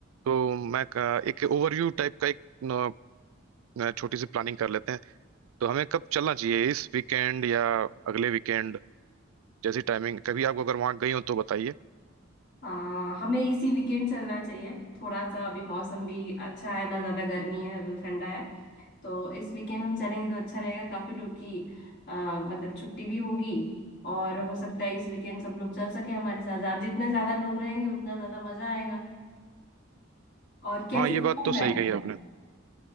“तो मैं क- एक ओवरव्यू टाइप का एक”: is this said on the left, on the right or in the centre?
Right